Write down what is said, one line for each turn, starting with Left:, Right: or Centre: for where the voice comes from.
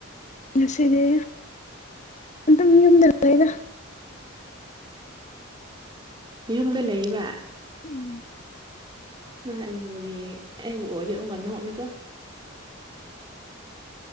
Left: ꯉꯁꯤꯗꯤ ꯑꯗꯨꯝ ꯌꯨꯝꯗ ꯂꯩꯗ
Right: ꯌꯨꯝꯗ ꯂꯩꯌꯦꯕ
Left: ꯎꯝ
Right: ꯅ ꯑꯩꯕꯨ ꯌꯦꯡ ꯑꯩꯕꯨ ꯑꯣꯏꯗꯦꯕꯨ ꯀꯅ ꯑꯣꯔꯠꯅꯤꯀꯣ